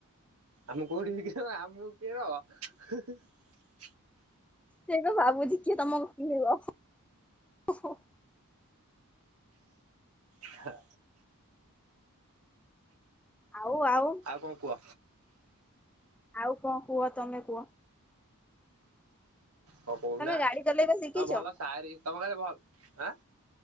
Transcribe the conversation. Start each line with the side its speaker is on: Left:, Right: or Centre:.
Right: ଆମ କୋଉଠି ଆମ <unintelligible>
Centre: ସେଇ ତ ଭାବୁଛି କିଏ ତମକୁ କିଣିବ ଓ ହୋ।
Right: ହଁ।
Centre: ଆଉ ଆଉ।
Right: କଣ କୁହ?
Centre: ଆଉ କଣ କୁହ ତମେ କୁହ?
Right: ହ କହୁ
Centre: ତମେ
Right: ନା
Centre: ଗାଡି ଚଲେଇବା ଶିଖିଛ
Right: ହଁ ଭଲ ସାରି ତମ କାେ ଭଲ ଆଁ।